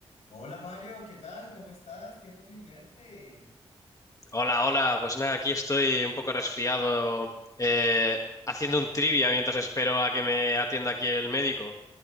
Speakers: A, on the left; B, on the left.
A: Hola Mario, ¿qué tal? ¿Cómo estás? Tiempo sin verte.
B: Hola, hola. Pues nada, aquí estoy un poco resfriado, eh, haciendo un trivia mientras espero a que me atienda aquí el médico.